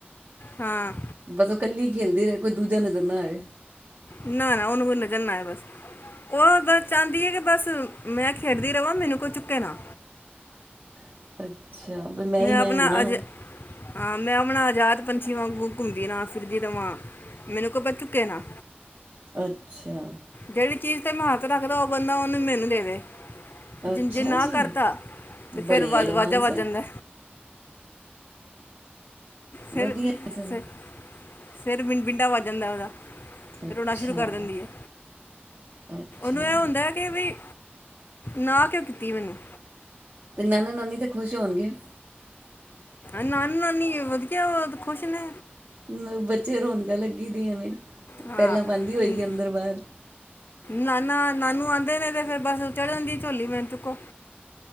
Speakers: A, on the left; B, on the right.
A: ਹਾਂ
B: ਬਸ ਕੱਲੀ ਖੇਲਦੇ ਰਹੇ ਕੋਈ ਦੂਜਾ ਨਜ਼ਰ ਨਾ ਆਏ
A: ਨਾ ਨਾ ਉਹਨੂੰ ਕੋਈਨੂੰ ਜਾਂਨਾ ਆ ਬਸ ਉਹ ਬਸ ਚਾਹਦੀ ਹੈ ਕਿ ਬਸ ਮੈਂ ਖੇਡਦੀ ਰਵਾਂ ਮੈਨੂੰ ਕੋਈ ਚੁੱਕੇ ਨਾ
B: <unintelligible> ਅੱਛਾ ਵੀ ਮੈਂ ਹੀ ਮੈਂ
A: ਆਪਣਾ
B: ਹਵਾਂ
A: ਅਜ ਹਾਂ ਮੈਂ ਹਣਾ ਆਜ਼ਾਤ ਪੰਛੀ ਵਾਂਗ ਘੁੰਮਦੀ ਨਾ ਫਿਰਦੀ ਤਾਂ ਮਾਂ ਮੈਨੂੰ ਕੋ ਪਰ ਚੁੱਕੇ ਨਾ
B: ਅੱਛਾ
A: ਜਿਹੜੀ ਚੀਜ਼ ਤੇ ਮੈਂ ਹੱਥ ਰੱਖਦਾ ਉਹ ਬੰਦਾ ਉਹਨੂੰ ਮੈਨੂੰ ਦੇ ਦੇ ਜ
B: ਅੱਛਾ
A: ਜੇ ਨਾ
B: ਜੀ
A: ਕਰਤਾ ਤੇ
B: ਬੜੀ
A: ਫੇਿਰਵਾਜ਼
B: ਐਡਵਾਂਸ
A: ਵਾਜਾ ਵੱਧ
B: ਹੈ
A: ਜਾਂਦਾ ਫਿਰ
B: ਵਧੀਆ ਸੋਂ
A: ਫਿਰ- ਫਿਰ ਮਿੰਨਪਿੰਡਾ ਵੱ ਜਾਂਦਾ ਉਹਦਾ
B: ਅੱਛਾ
A: ਰੋਣਾ ਸ਼ੁਰੂ ਕਰ ਦਿੰਦੀ ਹੈ
B: ਅੱਛਾ
A: ਨੂੰ ਇਹ ਹੁੰਦਾ ਕਿ ਬ ਨਾ ਕਿਉਂ ਕੀਤੀ ਮੈਨੂੰ
B: ਤੇ ਨਾਨ ਨਾਨੀ ਤੇ ਖੁਸ਼ ਹੋਣਗੇ
A: ਨਾਨੀ ਨਾਨੀ ਵਧੀਆ ਖੁਸ਼ ਨੇ
B: ਅ ਬੱਚੇ ਰੌਣਕਾਂ ਲੱਗੀ ਦੀਆਂ ਨੇ
A: ਹਾਂ
B: ਪਹਿਲਾਂ ਬਦੀ ਹੋਈਈ
A: ਨ-
B: ਅੰਦਰ ਬਾਹਦ
A: ਨਾਨਾ ਨਾਨੂ ਆਉਂਦੇ ਨੇ ਤੇ ਫੇਰ ਬੱਸ ਚੜ੍ਹਨਦੀ ਝੋਲੀ ਮਿੰਨਤ ਕੋ